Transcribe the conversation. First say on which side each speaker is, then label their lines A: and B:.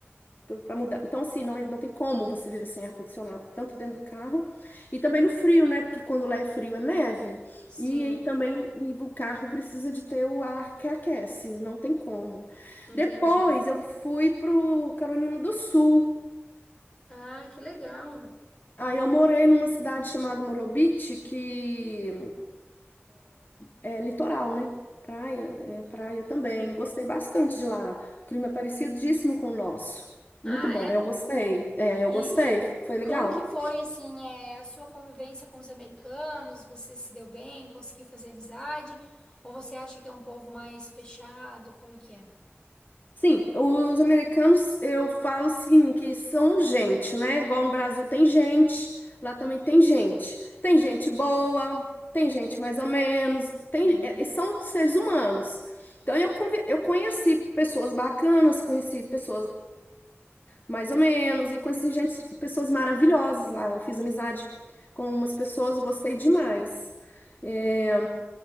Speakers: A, on the left (about 45°); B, on the left (about 20°).
A: para mudar. Então, assim, não, é- não tem como você viver sem ar-condicionado, tanto dentro do carro e também no frio, né? Porque quando lá é frio é neve.
B: sim,
A: E aí também e o carro precisa de ter o ar que aquece, não tem como.
B: entendi.
A: Depois eu fui pro Carolina do Sul.
B: Ah, que legal.
A: Aí eu morei numa cidade chamada Morobit, que é litoral, né? Praia, é praia também. Eu gostei bastante de lá. O clima é parecidíssimo com o nosso.
B: Ah,
A: Muito bom.
B: é?
A: Eu gostei. É, eu
B: E,
A: gostei. Foi
B: e
A: legal.
B: como que foi, assim, é, a sua convivência com os americanos? Você se deu bem? Conseguiu fazer amizade? Ou você acha que é um povo mais fechado? Como que é?
A: Sim, os americanos, eu falo o seguinte, que são gente, né? Igual no Brasil tem gente, lá também tem gente. Tem gente boa, tem gente mais ou menos, tem,
B: Uhum,
A: é- são seres humanos. Então eu, convi- eu conheci pessoas bacanas, conheci pessoas mais ou menos, e conheci gente, pessoas maravilhosas lá. Eu fiz amizade com umas pessoas, gostei demais. É,